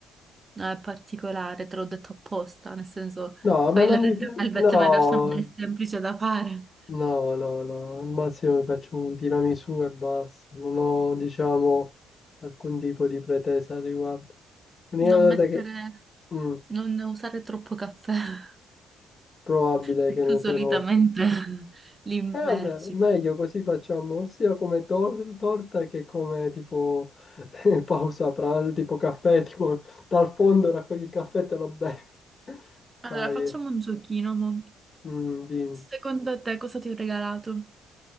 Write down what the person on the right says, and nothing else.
No, è particolare, te l'ho detto apposta, nel senso
fai
la red
velvet,
ma in realtà non è semplice da fare.
Non
mettere,
non usare troppo caffè, <laughs>
perché
tu
solitamente <laughs> li immergi.
Allora,
facciamo
un giochino, mo.
Secondo te cosa ti ho regalato?